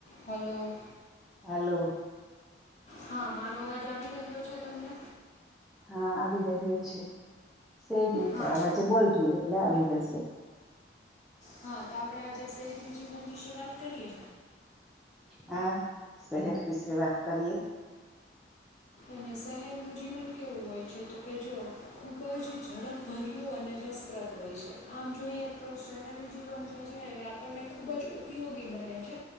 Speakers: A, on the left; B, in the centre.
A: હલો
B: હાલો
A: હા મારો અવાજ આવી રહ્યો છે તમને
B: હા આવી રહ્યો છે સ જ ઉ
A: હા
B: છે હવે જે બજું એટલે આવી જશે
A: હા તો આપડે આજે શહેરી જીવન વિશે વાત કરીએ
B: હા શહેર વિશે વાત કરએ
A: અને શહેરનું જીવન કેવું હોય છે તો કે જો ખૂબ જ ઝડપભર્યું અને રસપ્રદ હોય છે આમ જોઈએ તો શહેરી જીવન જે છે એ આપણને ખૂબ જ ઉપયોગી બને છે